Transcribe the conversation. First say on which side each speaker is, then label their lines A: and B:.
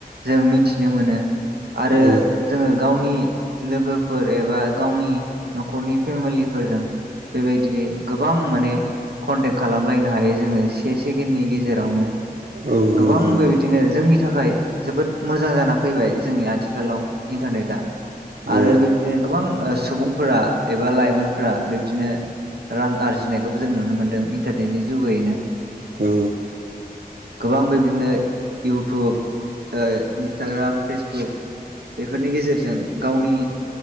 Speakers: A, on the right; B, on the right.
A: जों मिथिनो मोनो आरो
B: औ
A: जोङो गावनि लोगोफोर एबा गावनि न'खरनि फेमिलिफोरजों बेबायदिनो गोबां माने कन्टेक्ट खालामलायनो हायो जोङो से सेकेणडनि गेजेरावनो
B: औ
A: गोबां
B: नंगौ नोंथां
A: बेबायदिनो जोंनि थाखाय जोबोद मोजां जाना फैबाय जोंनि आथिखालाव इन्टारनेटआ।
B: औ
A: आरो बेबायदिनो गोबां ओ सुबुंफोरा एबा लाइमोनफोरा बेबायदिनो रां आरजिनायखौबो जों नुनो मोन्दों इन्टारनेटनि जुगैयैनो।
B: औ
A: गोबां बेबदिनो इउटुब ओ इन्सटाग्राम फेसबुक बेफोरनि गेजेरजों गावनि